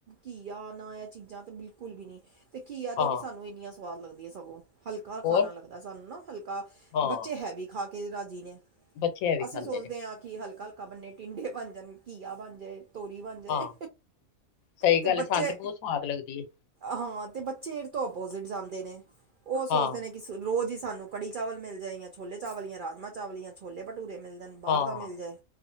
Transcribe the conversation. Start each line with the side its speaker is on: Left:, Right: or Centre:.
Right: ਘੀਆ ਨਾ ਇਹ ਚੀਜ਼ਾਂ ਤੇ ਬਿਲਕੁਲ ਵੀ ਨੀ ਤੇ ਘਿਆ
Left: ਹਾਂ
Right: ਤੋਰੀ ਸਾਨੂੰ ਇੰਨੀਆਂ ਸਵਾਦ ਲੱਗਦੀ ਹੈ ਸਗੋਂ ਹਲਕਾ
Left: ਹੋਰ
Right: ਖਾਣਾ ਲੱਗਦਾ ਸਾਨੂੰ ਨਾ ਹਲਕਾ,
Left: ਹਾਂ
Right: ਬੱਚੇ ਹੈ ਵੀ ਖਾ ਕੇ ਰਾਜੀ ਨੇ
Left: ਬੱਚੇ ਇਹ ਵੀ
Right: ਅਸੀਂ
Left: ਖਾਂਦੇ
Right: ਸੋਚਦੇ
Left: ਨੇ
Right: ਆਂ ਕਿ ਹਲਕਾ ਹਲਕਾ ਬਣੇ ਟਿੰਡੇ ਬਣ ਜਾਣ ਘੀਆ ਬਣ ਜਾਏ ਤੋਰੀ ਬਣ ਜਾਏ,
Left: ਹਾਂ ਸਹੀ
Right: ਤੇ
Left: ਗੱਲ
Right: ਬੱਚੇ
Left: ਹੈ, ਸਾਨੂੰ ਬਹੁਤ ਸਵਾਦ ਲੱਗਦੀ ਹੈ
Right: ਹਾਂ ਤੇ ਬੱਚੇ ਇਸ ਤੋਂ ਅੋਪੋਜ਼ਿਟ ਜਾਂਦੇ ਨੇ, ਉਹ ਸੋਚਦੇ
Left: ਹਾਂ
Right: ਨੇ ਰੋਜ਼ ਹੀ ਸਾਨੂੰ ਕੜੀ ਚਾਵਲ ਮਿਲ ਜਾਏ ਜਾਂ ਛੋਲੇ ਚਾਵਲ ਜਾਂ ਰਾਜਮਾਂ ਚਾਵਲ ਜਾਂ ਛੋਲੇ ਭਟੂਰੇ ਮਿਲ ਜਾਣ ਬਾਹਰ
Left: ਹਾਂ
Right: ਦਾ ਮਿਲ ਜਾਏ,